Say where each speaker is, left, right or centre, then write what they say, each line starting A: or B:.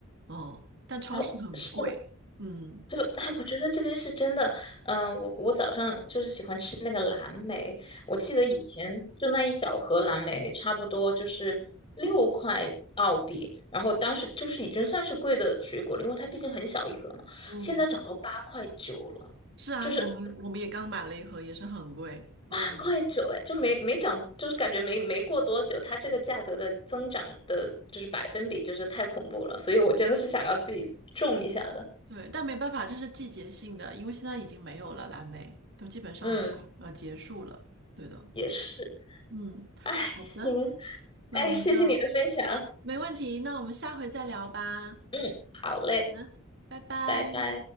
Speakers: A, on the right; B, on the left.
A: 嗯，但超市很贵，
B: 然后是
A: 嗯，
B: 就哎，我觉得这边是真的，嗯、我我早上就是喜欢吃那个蓝莓，我记得以前就那一小盒蓝莓，差不多就是六块澳币，然后当时就是已经算是贵的水果了，因为它毕竟很小一盒嘛，
A: 嗯，
B: 现在涨到八块九了，
A: 是啊，
B: 就是
A: 我们我们也刚买了一盒，也是很贵，
B: <laughs>
A: 嗯，
B: 八块九，哎，就没没涨，就是感觉没没过多久，它这个价格的增长的就是百分比就是太恐怖了，所以我真的是想要自己种一下的，
A: 对，但没办法，这是季节性的，因为现在已经没有了蓝莓，都基本上呃结束了，
B: 嗯，
A: 对的，
B: 也是，
A: 嗯，
B: 哎，
A: 好的，
B: 行，
A: 那我们就
B: 哎，谢谢你的分享。
A: 没问题，那我们下回再聊吧，好
B: 嗯，好嘞，
A: 的，拜拜。
B: 拜拜。